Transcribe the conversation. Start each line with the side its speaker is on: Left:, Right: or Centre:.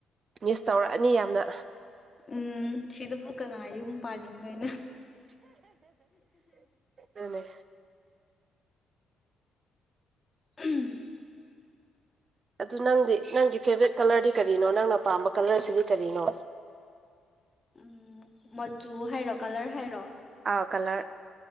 Right: ꯃꯤꯁ ꯇꯧꯔꯛꯑꯅꯤ ꯌꯥꯝꯅ
Left: ꯎꯝ ꯁꯤꯗꯕꯨ ꯀꯅꯥ ꯌꯨꯝ ꯄꯥꯟꯅꯤꯡꯗꫭꯏꯅ‌ꯣ
Right: ꯑꯗꯨꯅ‌ꯦ
Left: ꯎꯝ
Right: ꯑꯗꯨ ꯅꯪꯗꯤ ꯅꯪꯒꯤ ꯐꯦꯚ꯭ꯔ‌ꯦꯠ ꯀꯥꯂ꯭ꯔꯗꯤ ꯀꯔꯤꯅꯣ ꯅꯪꯅ ꯄꯥꯝꯕ ꯀꯂ꯭ꯔꯁꯤꯗꯤ ꯀꯔꯤꯅꯣ <inaudible>
Left: ꯎꯝ ꯃꯆꯨ ꯍꯥꯏꯔꯣ ꯀꯂ꯭ꯔ ꯍꯥꯏꯔꯣ
Right: ꯑꯥ ꯀꯂ꯭ꯔ